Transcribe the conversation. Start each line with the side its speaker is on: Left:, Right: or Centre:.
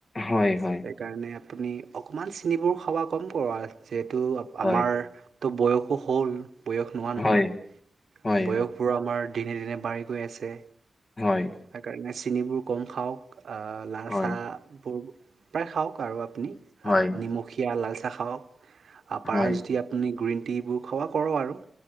Left: হয়, হয়।
Right: সেই কাৰণে আপুনি অকমান চিনিবোৰ খাওৱা কম কৰোৱা। যিহেতু
Left: হয়
Right: আমাৰ টো বয়সো হ'ল, বয়স নোহোৱা নহয়।
Left: হয় হয়
Right: বয়সবোৰ আমাৰ দিনে দিনে বাঢ়ি গৈ আছে।
Left: হয়।
Right: সেইকাৰণে চিনিবোৰ কম খাওক আঁ লালচাহ
Left: হয়
Right: বোৰ প্ৰায় খাওক আৰু আপুনি,
Left: হয়
Right: আ নিমখীয়া লালচাহ খাওক, আ পাৰা
Left: হয়
Right: যদি আপ্‌ পুনি গ্ৰীণট্ৰীবোৰ খাওৱা কৰ আৰু